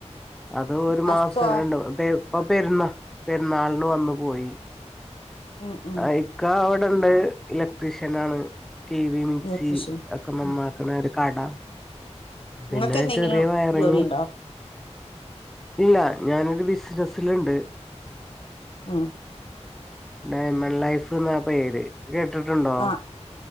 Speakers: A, in the centre; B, on the left.
A: അത് ഒരു
B: ഹസ്സോ
A: മാസം രണ്ട് ഇപ്പ പെരുന്നാ പെരുന്നാളിന് വന്നു പോയി
B: ഉം ഉം
A: ആഹ് ഇക്ക അവിടെണ്ട് ഇലക്ട്രീഷ്യൻ ആണ് ടി വി മിക്സി
B: ഇലക്ട്രീഷ്യൻ ഉം
A: ഒക്കെ നന്നാക്കണ ഒരു കട പിന്നെ
B: നിങ്ങൾക്ക് എന്തെങ്കിലും
A: ചെറിയ വയറിങ്ങും
B: ജോലിയുണ്ടോ
A: ഇല്ല ഞാനൊരു ബിസിനസിലുണ്ട്
B: ഉം
A: ഡയമൺ ലൈഫ് എന്ന പേര് കേട്ടിട്ടുണ്ടോ
B: ആ